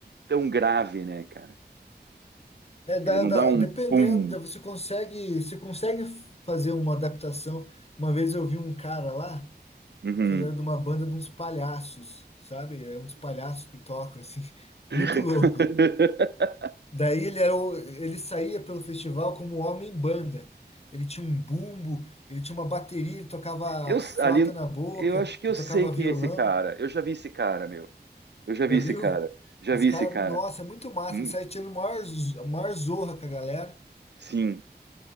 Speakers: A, on the right; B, on the left.
A: tão grave, né, cara?
B: É, dá,
A: Ele não
B: dá-
A: dá um
B: dependendo,
A: pum.
B: dá- você consegue, você consegue fazer uma adaptação. Uma vez eu vi um cara lá,
A: Uhum.
B: que ele era de uma banda de uns palhaços, sabe? É uns palhaços que tocam, assim, <laughs>
A: <laughs>
B: muito louco. Daí ele era, o- ele saía pelo festival como homem-banda. Ele tinha um bumbo, ele tinha uma bateria, ele tocava
A: Eu s-
B: flauta
A: ali,
B: na boca,
A: eu acho que eu
B: ele
A: sei
B: tocava
A: quem
B: violão.
A: é esse cara. Eu já vi esse cara, meu. Eu já
B: Já
A: vi esse
B: viu?
A: cara. Já
B: Esse
A: vi
B: cara,
A: esse cara.
B: nossa, é muito massa.
A: Hum,
B: Ele sai tirando maior, z- maior zorra com a galera.
A: sim,